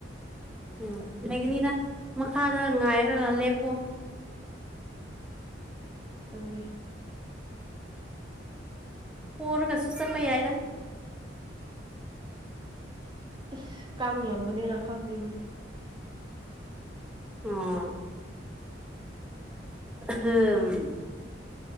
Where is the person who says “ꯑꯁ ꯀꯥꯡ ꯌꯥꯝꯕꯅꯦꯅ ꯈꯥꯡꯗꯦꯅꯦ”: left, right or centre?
Right